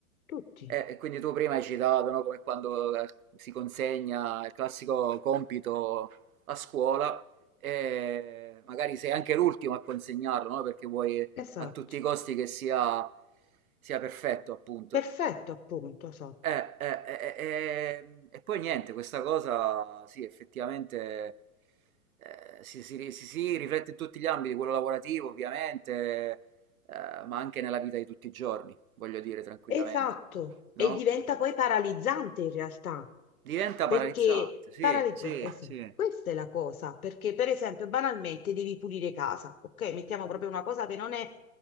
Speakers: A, on the left (about 75°); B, on the right (about 75°).
A: tutti.
B: E, e quindi tu prima hai citato, no? Come quando eh, si consegna il classico compito a scuola e magari sei anche l'ultimo a consegnarlo, no? Perché vuoi
A: Esatto.
B: a tutti i costi che sia, sia perfetto, appunto.
A: Perfetto, appunto, esatto.
B: Eh, eh, eh, eh, ehm, e poi niente, questa cosa sì, effettivamente eh, si, si ri- si- si riflette in tutti gli ambiti, quello lavorativo ovviamente, eh, ma anche nella vita di tutti i giorni, voglio dire tranquillamente,
A: Esatto,
B: no?
A: e diventa poi paralizzante in realtà,
B: Diventa
A: perché
B: paralizzante, sì,
A: paralizza,
B: sì,
A: esatto,
B: sì,
A: questa è la cosa, perché per esempio banalmente devi pulire casa, ok? Mettiamo proprio una cosa che non è,